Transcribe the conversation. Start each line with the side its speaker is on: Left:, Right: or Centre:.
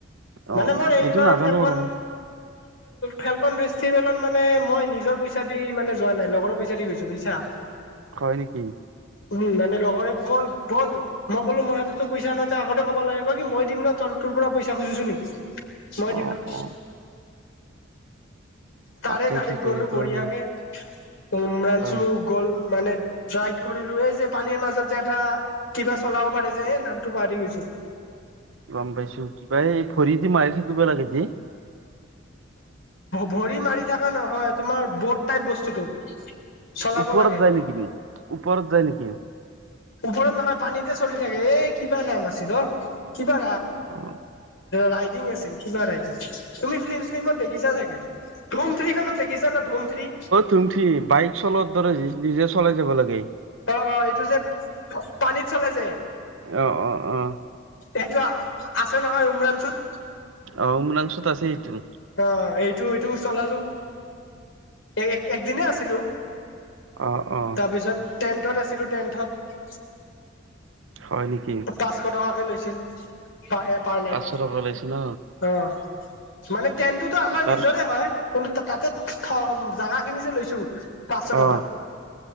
Right: অ
Left: মানে মই এইবাৰ
Right: এইটো নাজানো
Left: ফেলকন
Right: আৰু
Left: ফেলকন ফেষ্টিভেলত মানে মই নিজৰ পইচা দি মানে যোৱা নাই লগৰৰ পইচা দি গৈছো বুজিছা।
Right: হয় নেকি?
Left: উম মানে লগৰে কল ব'ল মই ক'লো মোৰ হাততো পইচা নাই আগতে ক'বা লাগে কি মই দিম ন ত তোৰ পৰা পইচা খুজিছো নেকি মই
Right: অ
Left: দিম ন
Right: অ
Left: তাৰে
Right: তাকেইতো
Left: গাড়ীত
Right: তেনেকুৱা
Left: গলো বঢ়িয়াকে
Right: মানে
Left: উমৰাংছু
Right: হয়
Left: গ'ল মানে ড্ৰাইভ কৰিলো এই যে পানীৰ মাজত যে এটা কিবা চলাব পাৰে যে এই নামটো পাহৰি গৈছো।
Right: গম পাইছো কিবা এই ভৰি দি মাৰি থাকিব লাগে যে
Left: ভৰি মাৰি থাকা নহয় তোমাৰ বট টাইপ বস্তুটো। চলাব
Right: ওপৰত
Left: লাগে
Right: যায় নেকি ওপৰত যায় নেকি?
Left: ওপৰত নহয় পানীতে চলি থাকে এই কিবা নাম আছিল অ কিবা
Right: অ অ
Left: ৰাইডিং আছিল কিবা ৰাইডিং তুমি ফিলি্ম চিলিমত দেখিছা চাগে। ধুম থ্ৰী খনত দেখিছে না ধুম থ্ৰী
Right: ধুমথ্ৰী বাইক চলোৱাৰ দৰে নিজে চলাই যাব লাগে।
Left: অঁ অঁ এইটো যে পানীত চলে যে?
Right: অ অ অ
Left: এইটা আছে নহয় উমৰাংছুত।
Right: অঁ উমৰাংছুত আছে এইটো।
Left: অঁ এইটো এইটো চলালো এ এক দিনে আছিলো।
Right: অঁ অঁ।
Left: তাৰপিছত তেন্তেত আছিলো তেন্তেত।
Right: হয় নেকি?
Left: পাঁচশ টকাকে লৈছিল পাৰ হেড পাৰ নাইট।
Right: পাঁচশ টকা ওলাইছে ন
Left: অঁ। মানে তেন্তেটোতো আমাৰ
Right: তাৰ
Left: নিজৰে হয় কিন্তু তাতে থ জাগা খিনি যে লৈছো পাঁচশ টকা
Right: অঁহ।